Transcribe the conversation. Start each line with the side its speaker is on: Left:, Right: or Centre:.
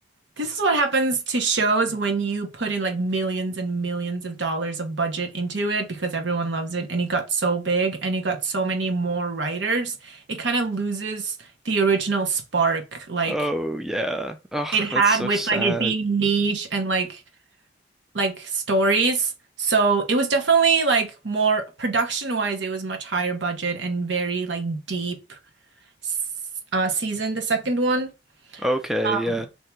Right: this is what happens to shows when you put in like millions and millions of dollars of budget into it because everyone loves it. And it got so big and it got so many more writers. It kind of loses the original spark like
Centre: Oh, yeah. Oh,
Right: it
Centre: that's
Right: had
Centre: so
Right: with
Centre: sad.
Right: like it being niche and like like stories. So it was definitely like more production wise, it was much higher budget and very like deep s- uh, season, the second one.
Centre: Okay,
Right: Um,
Centre: yeah.